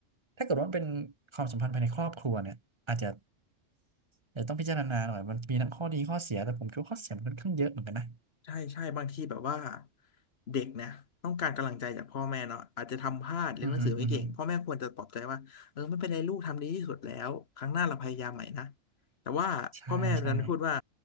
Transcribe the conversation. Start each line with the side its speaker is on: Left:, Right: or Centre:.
Right: ถ้าเกิดว่ามันเป็นความสัมพันธ์ภายในครอบครัวเนี่ยอาจจะอาจจะต้องพิจารณาหน่อยมันมีทั้งข้อดีข้อเสียแต่ผมคิดว่าข้อเสียมันค่อนข้างเยอะเหมือนกันนะ
Left: ใช่ใช่บางทีแบบว่าเด็กนะต้องการกำลังใจจากพ่อแม่เนาะอาจจะทำพลาดเรียนหนังสือไม่เก่งพ่อแม่ควรจะปลอบใจว่าเออไม่เป็นไรลูกทำดีที่สุดแล้วครั้งหน้าเราพยายามใหม่นะ
Right: อือฮึอือฮึ
Left: แต่ว่าพ่อแม่ดันพูดว่า
Right: ใช่ใช่